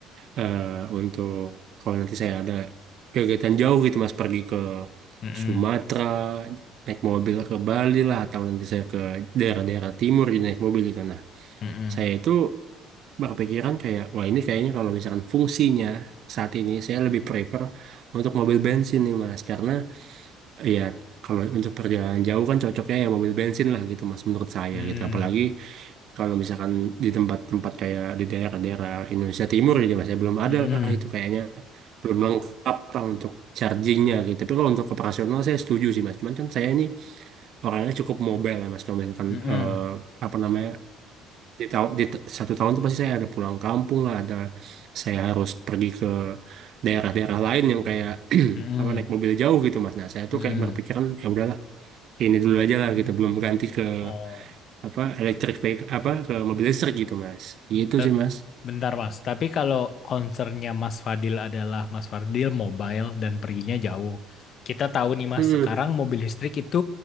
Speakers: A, on the right (about 60°); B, on the left (about 55°).
A: eh, untuk kalau nanti saya ada kegiatan jauh gitu mas pergi ke
B: Mm-mm.
A: Sumatera naik mobil ke Bali lah atau nanti saya ke daerah-daerah timur gitu, naik mobil gitu. Nah
B: Mm-mm.
A: saya itu berpikiran kayak wah ini kayaknya kalau misalkan fungsinya saat ini saya lebih prefer untuk mobil bensin nih mas karena Iya, kalau untuk perjalanan jauh kan cocoknya ya mobil bensin lah gitu Mas menurut saya
B: Mm.
A: gitu. Apalagi kalau misalkan di tempat-tempat kayak di daerah-daerah Indonesia Timur gitu Mas ya belum
B: Mm-mm.
A: ada lah itu kayaknya belum lengkap lah untuk chargingnya gitu. Tapi kalau untuk operasional saya setuju sih Mas. Cuman kan saya ini orangnya cukup mobile ya Mas. Kalau misalkan
B: Mm-mm.
A: eh, apa namanya di tahun di t- satu tahun tuh pasti saya ada pulang kampung lah, ada saya harus pergi ke daerah-daerah lain yang kayak <clears throat>
B: Mm-mm.
A: apa naik mobil jauh gitu Mas. Nah, saya tuh
B: Mm-mm.
A: kayak berpikiran ya udahlah ini dulu aja lah gitu belum ganti ke
B: Oh.
A: apa elektrik vehicle apa ke mobil listrik gitu mas itu
B: Te-
A: sih mas
B: Bentar Mas, tapi kalau concernnya Mas Fadil adalah Mas Fadil mobile dan perginya jauh. Kita tahu nih Mas,
A: hmm
B: sekarang mobil listrik itu